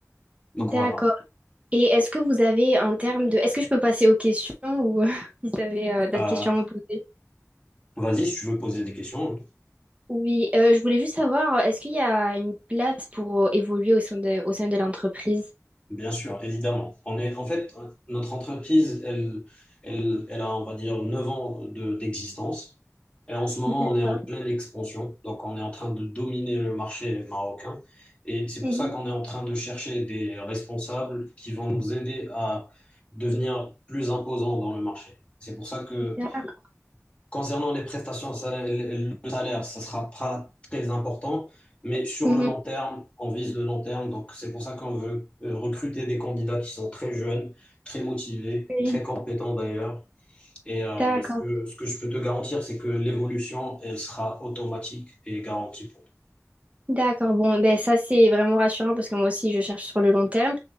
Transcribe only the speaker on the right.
d'accord.
Et est-ce que vous avez en termes de... Est-ce que je peux passer aux questions ou <laughs> si vous avez euh, d'autres
questions à me poser?
Oui, euh, je voulais juste savoir, est-ce qu'il y a une place pour euh, évoluer au sein de, au sein de l'entreprise?
D'accord.
Mhm.
D'accord.
Mhm.
Oui.
D'accord.
D'accord. Bon, ben ça c'est vraiment rassurant parce que moi aussi je cherche sur le long terme.